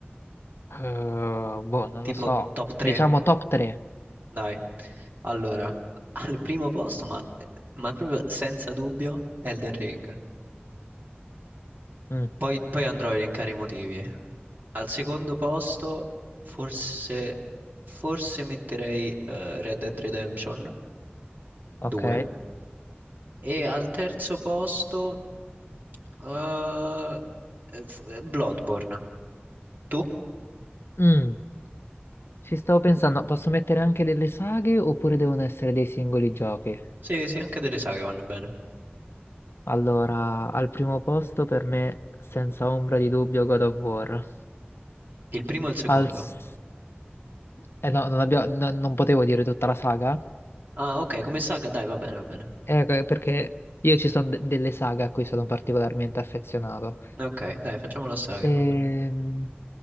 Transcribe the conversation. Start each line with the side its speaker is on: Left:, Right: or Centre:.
Left: Eh, boh, non
Right: Tipo
Left: lo so,
Right: top 3?
Left: diciamo top 3.
Right: Dai. Allora, <laughs> al primo posto, ma, ma proprio senza dubbio, Elden Ring.
Left: Mm,
Right: Poi, poi andrò a elencare i motivi. Al secondo posto, forse, forse metterei eh, Red Dead Redemption
Left: ok.
Right: 2. E al terzo posto, eh, eh, f- eh, Bloodborne. Tu?
Left: Mm, ci stavo pensando, posso mettere anche delle saghe oppure devono essere dei singoli giochi?
Right: Sì, sì, anche delle saghe vanno bene.
Left: Allora, al primo posto per me, senza ombra di dubbio, God of War.
Right: Il primo e il secondo.
Left: Al... s- Eh no, non, abbia- no- non potevo dire tutta la saga,
Right: Ah, ok, come saga? Dai, va bene, va bene.
Left: eh, perché io ci sono de- delle saghe a cui sono particolarmente affezionato.
Right: Ok, dai, facciamo la saga,
Left: Ehm,
Right: va bene.